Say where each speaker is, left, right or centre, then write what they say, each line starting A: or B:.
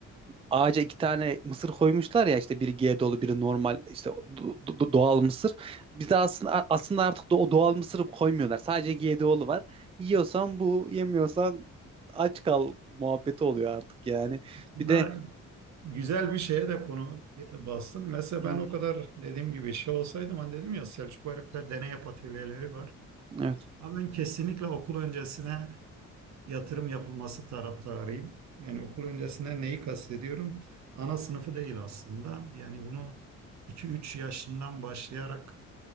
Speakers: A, on the right; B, on the right.
A: ağaca iki tane mısır koymuşlar ya işte biri G dolu biri normal işte do- do- doğal mısır. Bizde aslında aslında artık da o doğal mısırı koymuyorlar. Sadece G dolu var. Yiyorsan bu, yemiyorsan aç kal muhabbeti oluyor artık yani.
B: aslında
A: Bir de
B: güzel bir şeye de konu e, bastın. Mesela
A: Hı,
B: ben o kadar dediğim gibi şey olsaydım hani dedim ya Selçuk Bayraktar deney yap atölyeleri var.
A: evet.
B: Ama ben kesinlikle okul öncesine yatırım yapılması taraftarıyım. Yani okul öncesine neyi kastediyorum? Ana sınıfı değil aslında. Yani bunu iki üç yaşından başlayarak